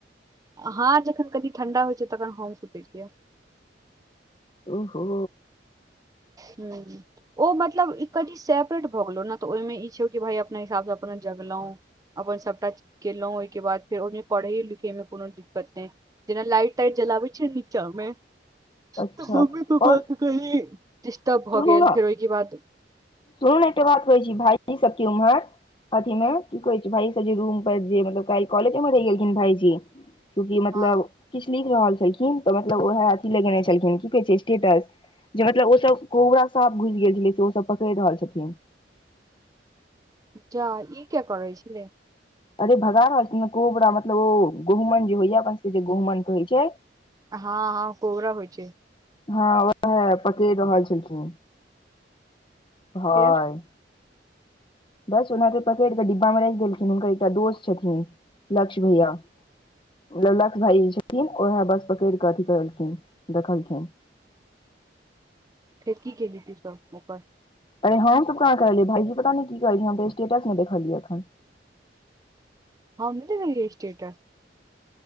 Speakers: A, on the right (about 20°); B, on the left (about 30°).
A: हँ जखन कनि ठण्डा होइत छै तखन हम सुतै छियै
B: ओहो
A: हू ओ मतलब कनि सेपरेट भऽ गेलहुँ ने, तऽ ओहिमे ई छै कि भाय अपना हिसाबसँ अपना जगलहुँ। अपन सभटा केलहुँ, ओहिके बाद फेर ओहिमे पढ़ै-लिखैमे कोनो दिक्कत नहि। जेना लाइट-टाइट जलबै छै नीचामे।
B: अच्छा
A: त मम्मी
B: आओर
A: पापा के कही डिस्टर्ब भऽ
B: सुनू
A: गेल
B: ने
A: फेर ओहिके बाद
B: सुनू ने, एकटा बात कहै छी भायजी, सबके उम्हर अथीमे। कहै छै भाइ सब जे रूम पर जे मतलब कैल कॉलेजे मे रहीये गेन भायजी क्योंकि मतलब
A: हँ
B: किछ लिख रहल छलखिन तऽ मतलब उएह अथी लगेने छलखिन स्टेटस। जे मतलब ओ सब कोबरा सांप घुइस गेल छलै से ओ सब पकइड़ रहल छथिन।
A: जा ई किया करै छलै।
B: अरे भगा रहल छी न, कोबरा मतलब ओ गुमन जे होइया अपन सबके जे गहुमन होइ छै।
A: हँ हँ कोबरा होइ छै।
B: हँ ओ है पकेड़ रहल छलखिन। ह यि
A: फेर
B: बस ओना के पकेड़ कऽ डिब्बा मे राइख देलखिन हुनकर एकटा दोस्त छथिन लक्ष भईया ओ जे लक्ष भाई छथिन ओहे बस पकड़ कऽ अथी करलखिन देखलखिन
A: फेर की केलि तु सब ओकर
B: अरे हमसब कहाँ कहलियै भाईजी पता नयि की केलखिन हम तऽ स्टेटस मे देखलियै एखन।
A: हम नयि लगेलिये स्टेटस